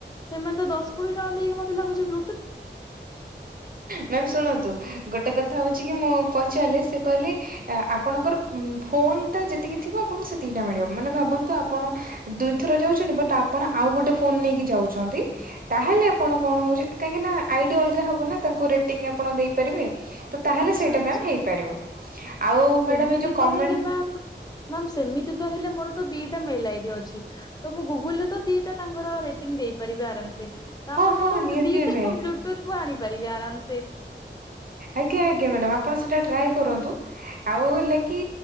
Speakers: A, on the left; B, on the right.
A: ସେମାନେ ତ ଦଶ କୋଡିଏ ଟଙ୍କା ଦେଇକି ମତେ ଲାଗୁଚି ବ୍ଲୁ
B: ମ୍ୟାମ୍ ଶୁଣନ୍ତୁ? ଗୋଟେ କଥା ହଉ ଚିକି ମୁଁ ପଚାରିଲି, ସେ କହିଲେ ଆ ଆପଣଙ୍କର ଫୋନ ଟା ଯେତିକି ଥିବ ଆପଣଙ୍କୁ ସେତିକି ଟା ମିଳିବ, ମାନେ ଭାବନ୍ତୁ ଆପଣ ଦୁଇଥର ଯାଉଛନ୍ତି ବଟ ଆପଣ ଆଉ ଗୋଟେ ଫୋନ ନେଇକି ଯାଉଛନ୍ତି। ତାହେଲେ ଆପଣ କଣ ହଉଛି, କାହିଁକି ନା ଆଇଡି ଅଲଗା ହବ ନା ତାଙ୍କୁ ରିଟିଂ ଆପଣ ଦେଇପାରିବେ। <unintelligible> ତାହେଲେ
A: ଆଚ୍ଛା
B: ସେଇଟା
A: ଆଚ୍ଛା।
B: ମ୍ୟାମ୍ ହେଇପାରିବ। ଆଉ ମ୍ୟାଡାମ
A: ସେମିତି
B: ଏଇ ଯୋଉ କମେଣ୍ଟ
A: ତ ହେଲେ ମ୍ୟାମ୍, ମ୍ୟାମ୍ ସେମିତି ତ ହେଲେ ମୋର ଦିଟା ମେଲ ଆଇଡି ଅଛି, ତ ମୁଁ ଗୁଗୁଲରେ ତ ଦିଟା ତାଙ୍କର ରେଟିଂ ଦେଇପାରିବି ଆରାମସେ। ତାମାନେ
B: ହଁ ହଁ
A: ତ
B: ନିହାତି
A: ଦିଟା
B: ଆମେ
A: ବ୍ଲୁଟୁଥୁ ଆଣିପାରିବି ଆରାମସେ।
B: ଆଜ୍ଞା ଆଜ୍ଞା ମ୍ୟାଡ଼ାମ ଆପଣ ସେଟା ଟ୍ରାଏ କରନ୍ତୁ, ଆଉ ହେଲା କି